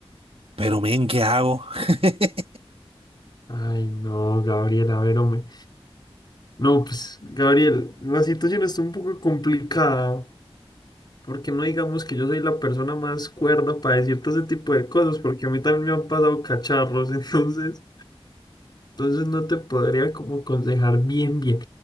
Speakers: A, on the right; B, on the left.
A: pero, men, ¿qué hago? <laughs>
B: Ay, no, Gabriel, a ver, hombre. No, pues, Gabriel, la situación está un poco complicada, porque no digamos que yo soy la persona más cuerda para decirte ese tipo de cosas, porque a mí también me han pasado cacharros, <laughs> entonces... Entonces no te podría como aconsejar bien, bien.